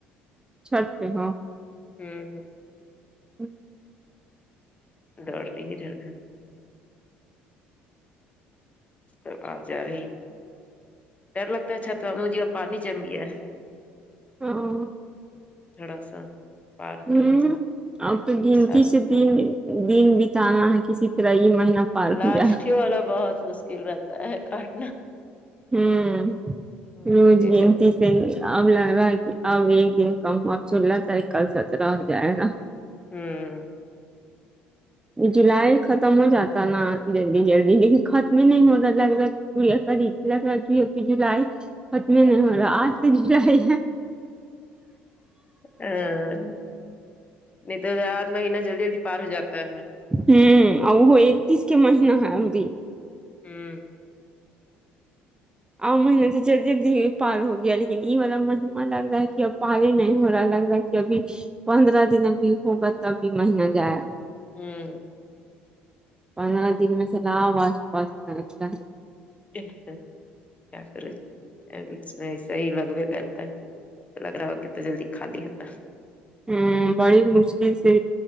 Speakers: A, on the right (about 15°); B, on the left (about 25°).
A: چھٹ پے ہاں
B: ہوں
A: ہوں
B: دوڑتیی ادھر تو تب آ جا رہی ہے ڈر لگتا ہے چھتوا مجھے اور پانی جم گیا ہے
A: ہوں
B: تھوڑا سا پار ہو
A: ہوں
B: رہی ہے
A: اب تو گنتی
B: احساس
A: سے دن دن بتانا کسی طرح یہ مہینہ پار
B: لاسٹ
A: ہو جائے
B: ہی والا بہت مشکل رہتا ہے کاٹنا
A: ہاں
B: بہت
A: روز
B: تیز
A: گنتی
B: جاتا ہے
A: یہی اب لگ رہا ہے کہ اب ایک دن کم اب سولہ تھا کل سترہ ہو جائے گا
B: ہوں
A: جولائی ختم ہو جاتا نا جلدی جلدی لیکن ختم نہیں ہو رہتا لگرا چوریا قری لگرا کی ابھی جولائی ختم نہیں ہو رہا آج جاہے
B: آ نہیں تو یار مہینہ جلدی جلدی پار ہو جاتا ہے
A: ہوں اور وہ اکتیس کے مہینہ ہے ہمری
B: ہوں
A: ا مہیننے سے جل جلد پار ہو گیا لیکن یہ والا مہینہ لگ رہا کہ اب پارے نہیں ہو رہا لگ رہا ہے جبھی پندرہ دن ابھی ہوگا تب بھی مہینہ جائے
B: ہوں
A: پندرہ دن میں سے نہ <unintelligible>
B: کیا ہے کیا کر رہی تھی یہ اس میں ایسے ہی لگوے رہتا ہے لگ رہا ہو کتنا جلدی خالی ہوتا
A: ہوں بڑی مشکل سے